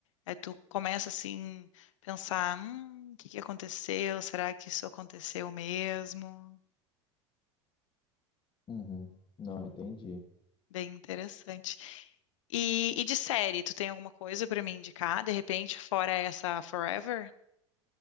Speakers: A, on the left; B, on the left.
A: Aí tu começa assim pensar, hum, o que que aconteceu? Será que isso aconteceu mesmo?
B: Uhum. Não, entendi.
A: Bem interessante. E, e de série, tu tem alguma coisa para me indicar? De repente, fora essa Forever?